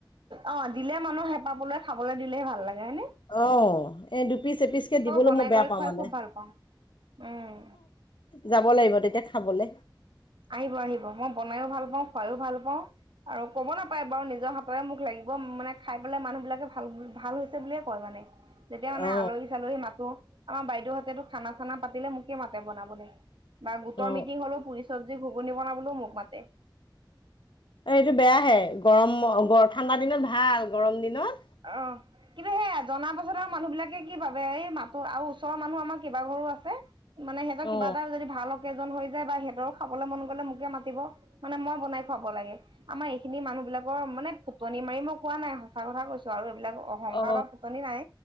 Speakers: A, on the right (about 80°); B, on the left (about 75°).
A: অ দিলে মানুহ হেপা পলোৱাই খাবলৈ দিলেহে ভাল লাগে হয় নে?
B: অ এই দুপিচ এপিচ কে দিবলৈ
A: বনাই
B: মই বেয়া
A: কৰি
B: পাওঁ
A: খুৱাই
B: মানে
A: খুব ভাল পাওঁ উম
B: যাব লাগিব তেতিয়া খাবলে
A: আহিব আহিব মই বনাইও ভাল পাওঁ খুৱাইও ভাল পাওঁ আৰু কব নাপায় বাৰু নিজৰ নিজৰে মুখ লাগিব মানে খাই পেলাই মানুহবিলাকে ভাল ভাল হৈছে বুলিয়ে কয় মানে যেতিয়া মানে
B: অ
A: আলহী চালহী মাতো আমাৰ বাইদেউহতেতো খানা চানা পাতিলে মোকে মাতে বনাবলৈ বা গোটৰ
B: অ
A: মিটিং হলেও পুৰি চব্জি, ঘুগুনি বনাবলৈও মোক মাতে
B: অ এইটো বেয়াহে গৰম ঠাণ্ডা দিনত ভাল গৰম দিনত
A: অ কিন্তু সেয়া জনা পাছত আৰু মানুহ বিলাকে কি ভা বে এই মাতো আৰু ওচৰৰ মানুহ আমাৰ কেইবা ঘৰো আছে মানে সিহঁতৰ কিবা
B: অ
A: এটা যদি ভাল কেইজন হৈ যায় বা সিহঁতৰো খাবলে মন গলে মোকে মাতিব মানে মই বনাই খুৱাব লাগে আমাৰ এইখিনি মানুহ বিলাকৰ মানে ফুটনি মাৰি মই কোৱা নাই সঁচা কথা কৈছো আৰু এইবিলাক অহংকাৰ
B: অ
A: বা ফুতনি নাই